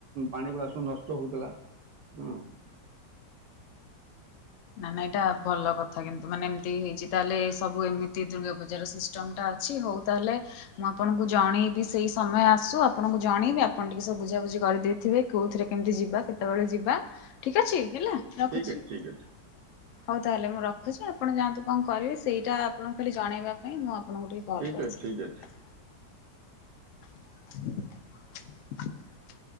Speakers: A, on the right; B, on the left.
A: ପାଣି ଗୁଡ଼ା ସବୁ ନଷ୍ଟ ହେଉଥିଲା ଆଁ
B: ନା ଏଇଟା ଭଲ କଥା କିନ୍ତୁ ମାନେ ଏମିତି ହେଇଛି ତାହେଲେ ଏ ସବୁ ଏମିତି ଦୁର୍ଗା ପୂଜାର ସିଷ୍ଟମ ଟା ଅଛି ହଉ ତାହେଲେ ମୁଁ ଆପଣଙ୍କୁ ଜଣେଇବି ସେଇ ସମୟ ଆସୁ ଆପଣଙ୍କୁ ଜଣେଇବି ଆପଣ ଟିକେ ସବୁ ବୁଝାାବୁଝି କରିଦେଇଥିବେ କୋଉଥିରେ କେମିତି ଯିବା କେତେବେଳେ ଯିବା। ଠିକ ଅଛି ହେଲା ରଖୁଛି।
A: ଠିକ ଅଛି ଠିକ ଅଛି।
B: ହଉ ତାହେଲେ ମୁଁ ରଖୁଛି ଆପଣ ଯାଆନ୍ତୁ କଣ କରିବେ ସେଇଟା ଆପଣଙ୍କୁ ଖାଲି ଜଣାଇବା ପାଇଁ ମୁଁ ଆପଣ। ଆପଣଙ୍କୁ ଟିକେ କଲ୍
A: ଠିକ୍
B: କରିଥିଲି।
A: ଅଛି ଠିକ୍ ଅଛି
B: <inaudible>